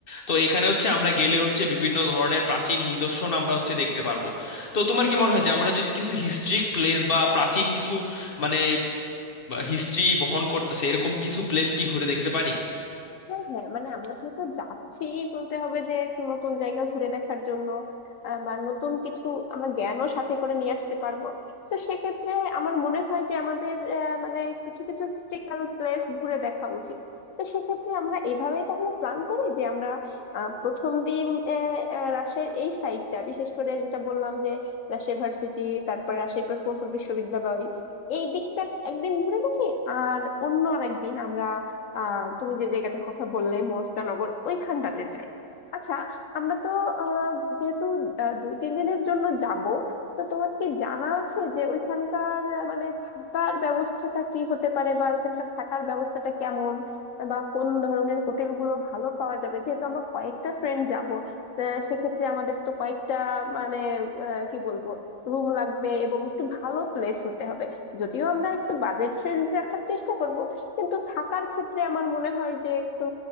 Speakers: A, on the left (about 40°); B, on the left (about 65°).
A: তো এখানে হচ্ছে আমরা গেলে হচ্ছে বিভিন্ন ধরনের প্রাচীন নিদর্শন আমরা হচ্ছে দেখতে পারবো তো তোমার কি মনে হয় যে আমরা যদি কিছু হিস্ট্রিক প্লেস বা প্রাচীন কিছু মানে হিস্ট্রি বহন করতেছে এরকম কিছু প্লেস কি ঘুরে দেখতে পারি
B: হ্যাঁ হ্যাঁ মানে আমরা যেহেতু যাচ্ছি বলতে হবে যে একটু নতুন জায়গা ঘুরে দেখার জন্য আহ, বা নতুন কিছু আমরা জ্ঞানও সাথে করে নিয়ে আসতে পারবো তো সেক্ষেত্রে আমার মনে হয় যে আমাদের আহ, মানে কিছু কিছু হিস্টোরিক্যাল প্লেস ঘুরে দেখা উচিত তো সেক্ষেত্রে আমরা এভাবেই তাহলে প্ল্যান করি যে আমরা আহ, প্রথম দিন আহ, আহ, রাজশাহীর এই সাইডটা বিশেষ করে যেটা বললাম যে রাজশাহী ভার্সিটি তারপর রাজশাহী প্রকৌশল বিশ্ববিদ্যালয় এই দিকটা একদিন ঘুরে দেখি আর অন্য আরেকদিন আমরা আহ তুমি যে জায়গাটার কথা বললে মহস্তানগর ওইখানটাতে যাই আচ্ছা আমরা তো আহ যেহেতু আহ, দুই তিন দিনের জন্য যাব তো তোমার কি জানা আছে যে ওইখানকার আহ, মানে থাকার ব্যবস্থাটা কি হতে পারে বা ওইখানকার থাকার ব্যবস্থাটা কেমন বা কোন ধরনের হোটেল গুলো ভালো পাওয়া যাবে যেহেতু আমরা কয়েকটা ফ্রেন্ড যাব সেক্ষেত্রে আমাদের তো কয়েকটা মানে আহ, কি বলবো রুম লাগবে এবং একটু ভালো প্লেস হতে হবে যদিও আমরা একটু বাজেট ফ্রেন্ডলি রাখার চেষ্টা করব কিন্তু থাকার ক্ষেত্রে আমার মনে হয় যে একটু